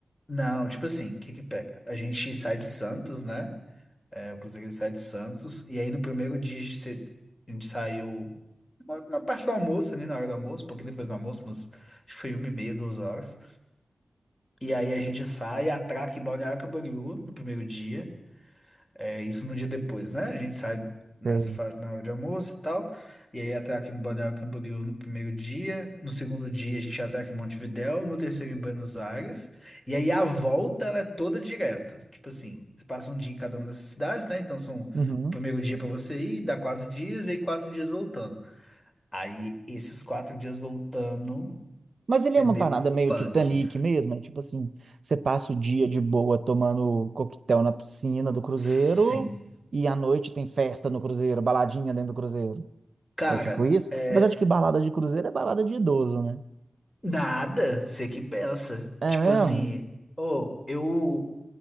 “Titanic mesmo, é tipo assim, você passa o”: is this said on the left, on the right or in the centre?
Right